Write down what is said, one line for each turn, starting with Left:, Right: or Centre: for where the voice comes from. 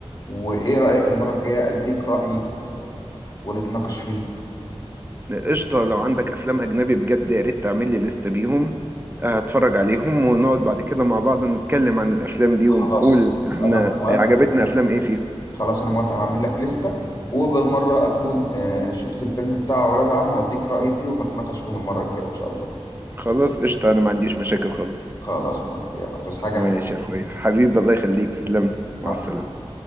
Left: وايه رايك المره الجايه اديك رايي ونتناقش فيه
Right: قشطه لو عندك افلام اجنبي بجد يا ريت تعمل لي لسته بيهم آه، هتفرج عليهم ونقعد بعد كده مع بعض نتكلم عن الافلام دي
Left: خلاص
Right: ونقول احنا
Left: انا موافق
Right: عجبتنا افلام ايه فيها
Left: خلاص انا موافق هعمل لك لسته وبالمره اكون آه، شفت الفيلم بتاع ولاد عم واديك رايي فيه ونتناقش فيه المره الجايه ان شاء الله
Right: خلاص قشطه انا ما عنديش مشاكل خالص
Left: خلاص موافق يلا توس حاجة
Right: ماشي
Left: حلوة
Right: يا اخويا حبيبي الله يخليك تسلم لي
Left: مع
Right: مع السلامه